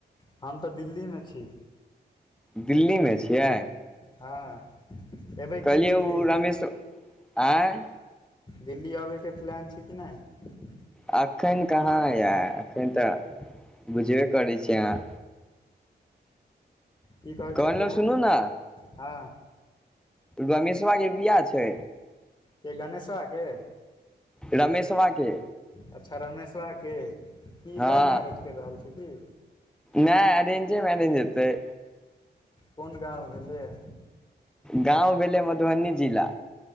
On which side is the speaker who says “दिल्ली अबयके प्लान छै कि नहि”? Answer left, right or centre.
Left